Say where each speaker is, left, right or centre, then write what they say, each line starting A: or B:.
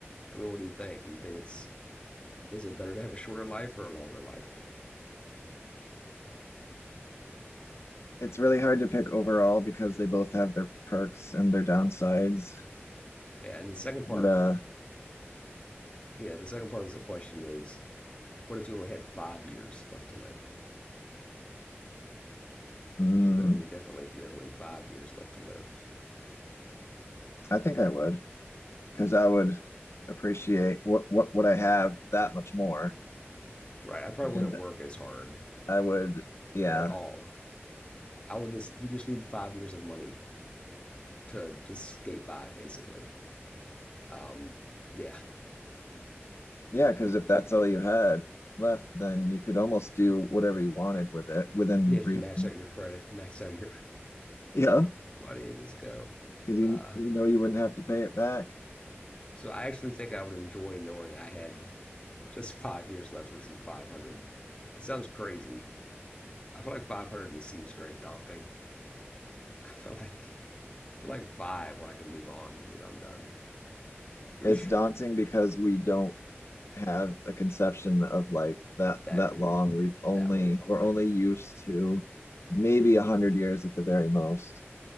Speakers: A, on the left (about 25°); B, on the left (about 75°).
A: I mean, what do you think? Do you think it's is it better to have a shorter life or a longer life?
B: It's really hard to pick overall because they both have their perks and their downsides.
A: Yeah, and the second
B: But
A: part,
B: uh,
A: yeah, the second part of the question is, what if you only had five years left to live?
B: mm,
A: would you live any differently if you had only five years left to live?
B: I think I would because I would appreciate what what what I have that much more,
A: Right. I probably wouldn't
B: and
A: work as hard
B: I would, yeah.
A: at all. I would just, you just need five years of money to just skate by, basically. Um, yeah.
B: Yeah,
A: You know,
B: because
A: you,
B: if that's all you had left, then you could almost do whatever you wanted with it within
A: you just
B: reason.
A: max out your credit, max out your
B: Yeah,
A: money, and just go.
B: because you
A: Uh,
B: you know you wouldn't have to pay it back.
A: so I actually think I would enjoy knowing I had just five years left versus 500. It sounds crazy. I feel like 500 just seems very daunting. <laughs> I feel like I feel like five when I can move on. You know, I'm done. <laughs>
B: It's daunting because we don't have a conception of life that
A: that
B: that
A: many
B: long. We've only
A: that long of a life,
B: we're only used to maybe a hundred years at the very most,